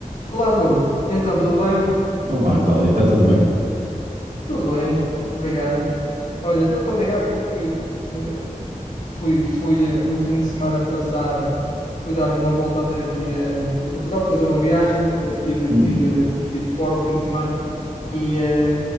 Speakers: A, on the left; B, on the right.
A: Olá, Bruno. Então, tudo bem?
B: Olá, Cláudia, está tudo bem?
A: Tudo bem, obrigado. Olha, estou-te a ligar porque eh, fui, fui eh, no fim de semana passado, fui dar uma volta até aqui eh, para Portugal, fazer uma viagem. eh, tive,
B: Hum,
A: tive, tive fora o fim de semana e, eh,